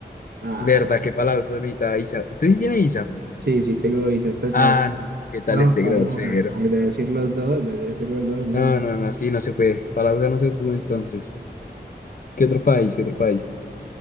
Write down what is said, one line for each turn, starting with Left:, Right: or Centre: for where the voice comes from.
Right: Ah,
Left: verdad, qué palabras necesita visa. ¿Usted sí tiene visa?
Right: sí, sí tengo visa, entonces
Left: Ah,
Right: no,
Left: no, ¿qué tal
Right: no,
Left: este
Right: para
Left: grosero?
Right: nada. La idea es ir los dos, la idea es ir los dos, no,
Left: No,
Right: no. no.
Left: no, no, sí, no se puede. Palabras no se puede entonces. ¿Qué otro país? ¿Qué otro país?